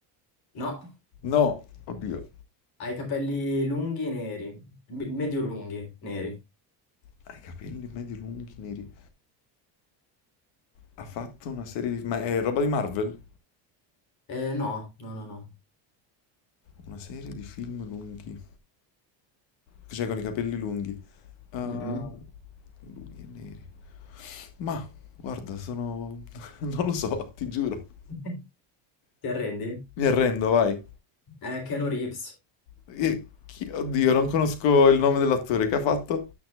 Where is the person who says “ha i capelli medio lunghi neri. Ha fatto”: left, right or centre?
Left